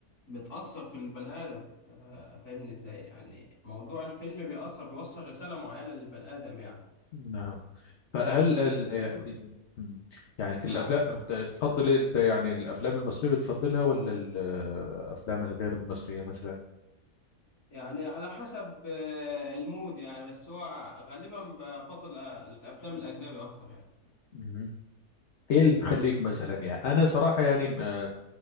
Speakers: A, on the left; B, on the left.
A: بتأثر في البني آدم طب فاهمني إزاي يعني موضوع الفيلم بيأثر بيوصل رسالة معينة للبني آدم يعني
B: نعم فهل
A: بشوفه
B: ال... يعني يعني في
A: معاك
B: الأفلام
A: معاك
B: تفضل أنت يعني الأفلام المصرية بتفضلها ولا الأفلام الغير المصرية مثلا؟
A: يعني على حسب آه، المود يعني بس هو غالبا بفضل آه، الأفلام الأجنبي أكتر يعني
B: مهم. إيه اللي تخليك مثلا يعني أنا صراحة يعني آه،